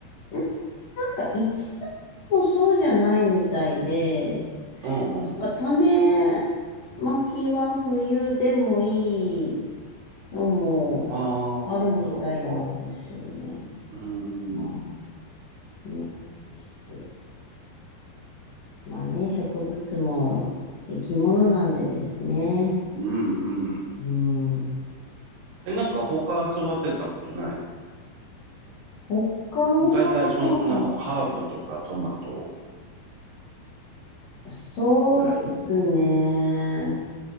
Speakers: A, on the left (about 65°); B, on the right (about 85°).
A: なんか一概にもそうじゃないみたいで、
B: うんうん。
A: なんか種まきは冬でもいいのもあるみたいなんですよね。
B: ああ、そっか。うん。
A: まあね。ちょっと、まあね、植物も生き物なんでですね。
B: うんうん。
A: うん。
B: え、なんか他育てたことない
A: 他
B: のだいたいそんなもん、
A: は、
B: ハーブとかトマト
A: そうですね。
B: ぐらい